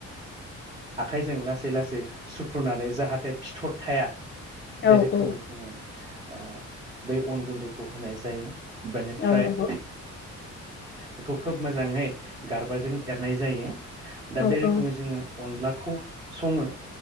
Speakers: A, on the right; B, on the left.
A: आखाइजों लासै लासै सुफ्रुनानै जाहाथे फिथर थाया
B: औ
A: बे रोखोमै
B: औ
A: जोङो ओ बै अन गुन्दैखौ होनाय जायो बेनिफ्राय
B: औ नंगौ
A: बेखौ खोब मोजाङै गारबाजों एरनाय जायो दा
B: औ
A: बे रोखोमै
B: औ
A: जोङो अनलाखौ सङो